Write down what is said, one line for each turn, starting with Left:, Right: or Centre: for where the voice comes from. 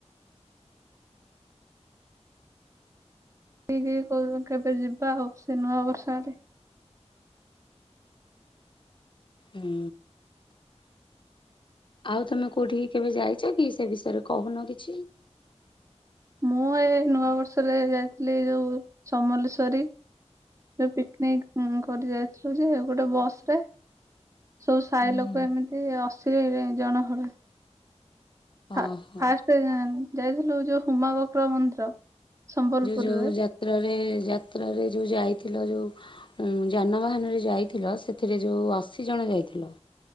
Right: ଠିକି କୋଉଦିନ କେବେ ଯିବା ଆଉ ସେ ନୂଆବର୍ଷ ଆଡେ।
Left: ହୁଁ। ଆଉ ତୋମେ କୋଉଠିକି କେବେ ଯାଇଚ କି, ସେ ବିଷୟରେ କହୁନ କିଛି?
Right: ମୁଁ ଏ ନୂଆବର୍ଷରେ ଯାଇଥିଲି ଏ ଯୋଉ ସମଲେଶ୍ଵରୀ। ଯୋ ପିକନିକ ଉଁ, କରି ଯାଇଥିଲୁ ଯେ ଗୋଟେ ବସ୍ ରେ ସବୁ ସାଇଲୋକ
Left: ହୁଁ
Right: ଏମିତି ଅଶି ଜଣ ଖଣ୍ଡେ। ଫା
Left: ଓହୋ
Right: ଫାଷ୍ଟ ଯାଇଥିଲୁ ଯୋଉ ହୁମାବକ୍ର ମନ୍ଦିର। ସମ୍ବଲପୁରରେ
Left: ଯୋଉ ଯାତ୍ରାରେ ଯାତ୍ରାରେ ଯୋଉ ଯାଇଥିଲ ଯୋଉ। ଉଁ ଯାନବାହାନରେ ଯାଇଥିଲ, ସେଥିରେ ଯୋଉ ଅଶୀ ଜଣ ଯାଇଥିଲ,